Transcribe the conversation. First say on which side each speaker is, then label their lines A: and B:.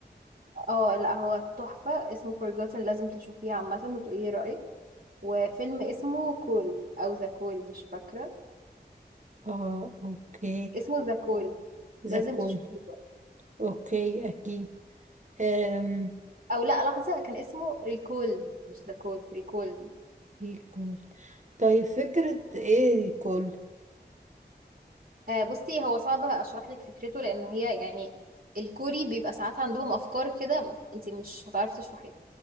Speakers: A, on the right (about 60°); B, on the right (about 45°).
A: اه لا هو تحفه اسمه Forgotten لازم تشوفيه عامه وتقولي رايك وفيلم اسمه كول او ذا كول مش فاكره
B: اه اوكي
A: اسمه ذا كول
B: زكول
A: لازم تشوفيه بقى.
B: اوكي اكيد أم.
A: او لا لحظه كان اسمه ريكولد مش ذا كول ريكولد
B: ريكول طيب فكرة ايه ريكول
A: آه بصي هو صعب اشرح لك فكرته لان هي يعني الكوري بيبقى ساعات عندهم افكار كده انت مش هتعرفي تشرحيها